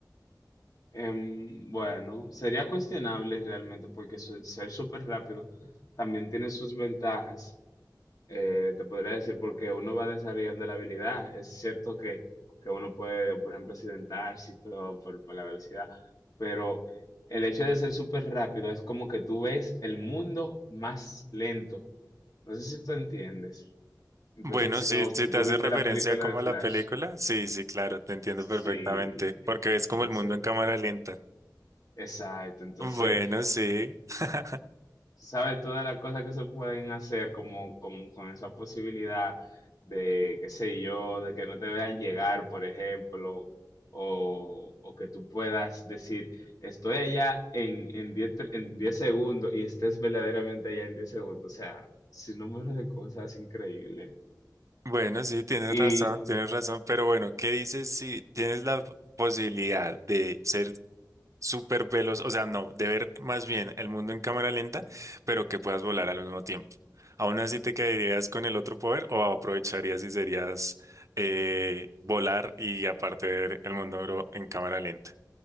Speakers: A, on the left (about 55°); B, on the right (about 45°).
A: Em, bueno, sería cuestionable realmente porque su- ser súper rápido también tiene sus ventajas. Eh, te podría decir porque uno va desarrollando la habilidad. Es cierto que, que uno puede, por ejemplo, accidentarse y todo por, por la velocidad, pero el hecho de ser súper rápido es como que tú ves el mundo más lento. No sé si tú entiendes. Entonces,
B: Bueno,
A: si-
B: si,
A: o
B: si
A: si
B: te
A: tú
B: hace
A: viste
B: referencia
A: la película
B: como
A: de Flash.
B: a la película, sí, sí, claro, te entiendo
A: Sí,
B: perfectamente, porque es como
A: entonces,
B: el mundo en cámara lenta.
A: exacto. Entonces...
B: Bueno, sí. <laughs>
A: sabes, todas las cosas que se pueden hacer como con, con esa posibilidad de, qué sé yo, de que no te vean llegar, por ejemplo, o, o que tú puedas decir, estoy allá en, en 10 tre- en 10 segundos y estés verdaderamente allá en 10 segundos. O sea, sin número de cosas increíbles
B: Bueno, sí, tienes
A: Y,
B: razón, tienes razón, pero bueno, ¿qué dices si tienes la posibilidad de ser súper veloz, o sea, no, de ver más bien el mundo en cámara lenta, pero que puedas volar al mismo tiempo? ¿Aún así te quedarías con el otro poder o aprovecharías y serías eh, volar y aparte ver el mundo en cámara lenta?